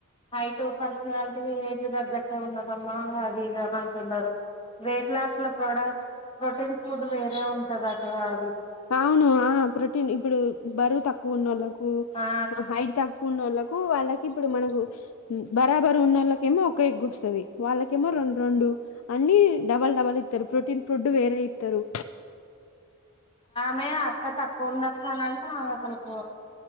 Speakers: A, on the left; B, on the left.
A: హైట్ పర్సనాలిటీ ఏజ్ తగ్గట్టే ఉన్నదమ్మా అది ఇది అని అంటున్నారు వెయిట్ లాస్ లో ప్రొడక్ట్స్ ప్రోటీన్ ఫుడ్ వేరే ఉంటదట అది
B: అవును ఆ ప్రోటీన్ ఇప్పుడు బరువు తక్కువ ఉన్నోళ్లకు
A: ఆ
B: కు హైట్ తక్కువ ఉన్నోళ్లక్ కు వాళ్ళకి ఇప్పుడు మనకు బరాబరు ఉన్న వాళ్ళకేమో ఒక ఎగ్ వస్ తది వాళ్ళకేమో రెండు రెండు అన్ని డబల్ డబల్ ఇస్తారు ప్రోటీన్ ఫుడ్ వేరే ఇస్తరు
A: మె అక్క తక్కువ ఉంది అక్క అనంట ఆమే అసలుకు